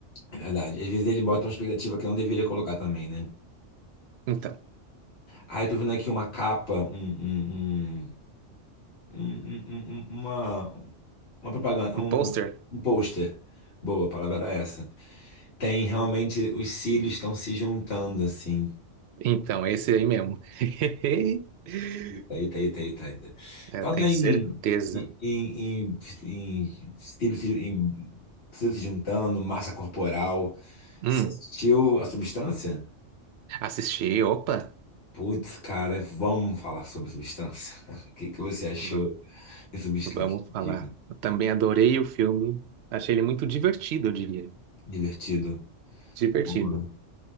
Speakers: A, on the left (about 60°); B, on the right (about 65°).
A: É verdade. Às vezes ele bota uma expectativa que eu não deveria colocar também, né?
B: Então.
A: Ah, eu tô vendo aqui uma capa, um, um, um- um- um- um- um, uma, uma propaganda,
B: Um
A: um,
B: pôster?
A: um pôster. Boa, a palavra era essa. Tem realmente, os cílios estão se juntando, assim.
B: Então, esse aí mesmo. <laughs>
A: Eita, eita, eita, eita. eita.
B: É,
A: Falar
B: eu tenho
A: em,
B: certeza.
A: em, em, em, estilo se- em estilo se juntando, massa corporal.
B: Hum,
A: Você assistiu a Substância?
B: assisti, opa.
A: Putz, cara, vamos falar sobre Substância. <laughs> O que, que você achou
B: Hum,
A: de Substância?
B: Vamos falar.
A: Diga.
B: Eu também adorei o filme. Achei ele muito divertido, eu diria.
A: Divertido.
B: Divertido.
A: Boa.